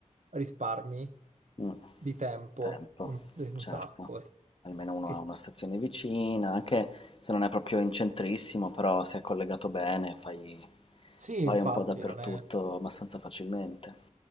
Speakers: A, on the right; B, on the left.
A: risparmi
B: mm,
A: di tempo
B: tempo,
A: un, un
B: certo.
A: sacco. E-
B: Almeno uno
A: e-
B: ha una stazione vicina, anche se non è proprio in centrissimo, però se è collegato bene fai
A: sì,
B: vai
A: infatti,
B: un po' dappertutto
A: non è...
B: abbastanza facilmente.